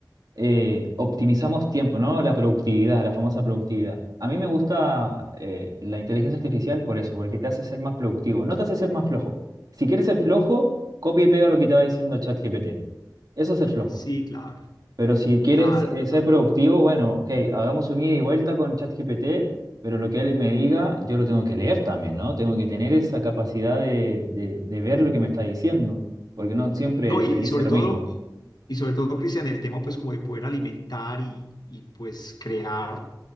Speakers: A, on the right; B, on the left.
A: eh, optimizamos tiempo, ¿no? La productividad, la famosa productividad. A mí me gusta eh, la inteligencia artificial por eso, porque te hace ser más productivo, no te hace ser más flojo. Si quieres ser flojo, copia y pega lo que te va diciendo el chat GPT. Eso es ser flojo.
B: Sí, claro.
A: Pero si quieres
B: Claro,
A: eh,
B: claro.
A: ser productivo, bueno, ok, hagamos un ida y vuelta con ChatGPT, pero lo que él me diga, yo lo tengo que leer también, ¿no? Tengo que tener esa capacidad de, de- de ver lo que me está diciendo, porque no siempre
B: No, y,
A: te dice
B: y sobre
A: lo
B: todo,
A: mismo.
B: y sobre todo, Cristian, el tema pues como de poder alimentar y, y, pues crear